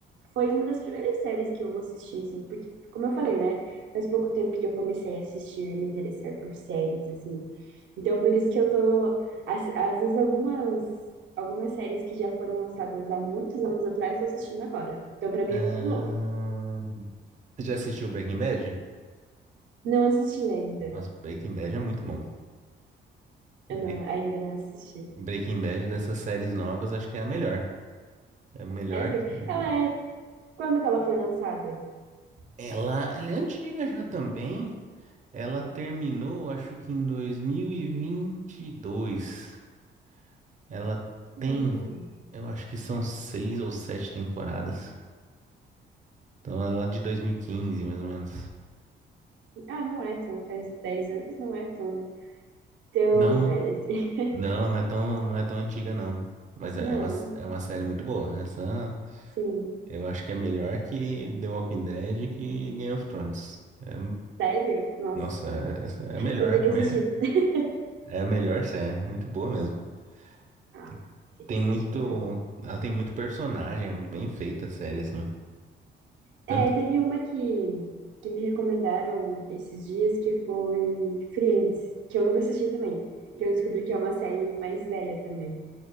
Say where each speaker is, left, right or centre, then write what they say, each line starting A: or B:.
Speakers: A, on the right; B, on the right.
A: foi uma das primeiras séries que eu assisti, assim, porque, como eu falei, né? Faz pouco tempo que eu comecei a assistir e me interessar por séries, assim. Então, por isso que eu tô, às, às vezes, algumas algumas séries que já foram lançadas há muitos anos atrás, estou assistindo agora. Então, pra mim
B: Ah,
A: é tudo novo.
B: você já assistiu Breaking Bad?
A: Não assisti ainda.
B: Nossa, Breaking Bad é muito bom. Bre-
A: Eu não, ainda não assisti.
B: Breaking Bad dessas séries novas, acho que é a melhor. É a melhor
A: Sério?
B: que.
A: Ela é. Quando que ela foi lançada?
B: Ela, ela é antiga já também. Ela terminou, acho que em 2022. Ela
A: Não.
B: tem. Eu acho que são seis ou sete temporadas. Então é lá de 2015, mais ou menos.
A: Ah, não é tão. Faz 10 anos, não é tão, tão
B: Não,
A: velha assim.
B: não, não é tão, não é tão antiga, não. Mas é
A: <laughs> Não.
B: é uma, é uma série muito boa. Essa
A: Sim.
B: eu acho que é melhor que The Walking Dead e que Game of Thrones. É,
A: Sério? Nossa,
B: nossa,
A: então.
B: é- essa é a melhor.
A: Vou ter que
B: a
A: assistir.
B: me-
A: <laughs>
B: É a melhor série. Muito boa mesmo.
A: Ah,
B: Que
A: vou ter
B: tem
A: que assistir,
B: muito.
A: então.
B: Ela tem muito personagem, muito bem feita a série, assim. Tanto
A: É, teve
B: que.
A: uma que, que me recomendaram esses dias que foi Friends, que eu nunca assisti também. Que eu descobri que é uma série mais velha também,